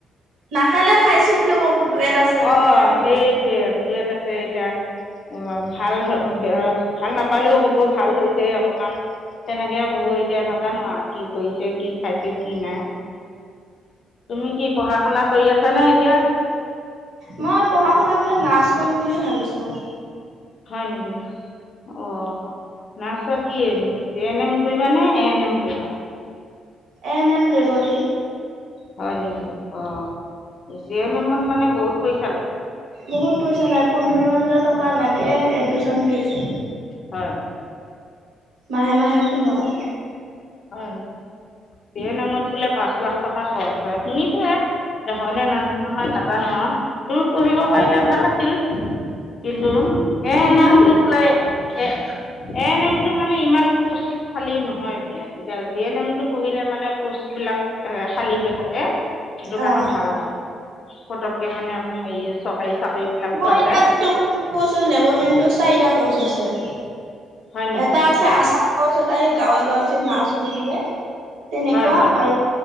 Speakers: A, on the right; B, on the left.
A: নাখালেও খাইছো বুলি ক'ব। দূৰত আছে
B: অঁ
A: যেতিয়া।
B: সেইটোৱে দূৰত আছে এতিয়া। ভাল ভাল নাপালেও ক'ব ভাল হৈছে অকমান তেনেকে ক'ব এতিয়া ণ্ডা নোহ কি কৈছে। কি খাইছে কি নাই তুমি কি পঢ়া শুনা কৰি আছা? ছানে এতিয়া
A: মই পঢ়া শুনা মানে নাছ কৰিম। ভাবিছো
B: হয় নেকি অ নাচ G M A N M কৰিবা নে এ এন এম কৰিবা
A: এ নেম লেবতেৰী
B: হয় নেকি অ যি এ ন ম মানে বহুত পইচা লাগে
A: বহুত পইচা লাই পোন্ধৰ হাজাৰ টকা লাগে এডমিশ্যন ফিজ
B: হয়
A: মাহে মাহে পোন্ধৰশ
B: অ স নামত বোলে পাঁচ লাখ টকা খৰচ হয় শুনিছোে দেখনে নাজান নহয় নাজানো আৰু তোৰ পঢ়িব
A: মইও
B: পাৰিলে ভাল আছিল কিন্তু এ
A: ইমান
B: নেমটো বোলে এ এ নেমটো মানে ইমান পোষ্টশালী নহয় এতিয়া জি এন এম টো পঢ়িলে মানে কোচ বিলাক এ খালী হৈ থাকে এ সেইটো কাৰণে
A: অ',
B: ভাল আৰু পতককে মানে হে চৰকাৰী চাকৰি বিলাক পোৱা
A: মই এতিয়া
B: যায়
A: যিটো লবতৰিটো চাৰিটা কৰ্চ আছে
B: হয় নেকি
A: এটা আছে আচাম ক তাই গাঁৱে গাঁৱে যে নাচ ঘুৰি গে তেনেকুৱা
B: হয় হয়
A: আৰু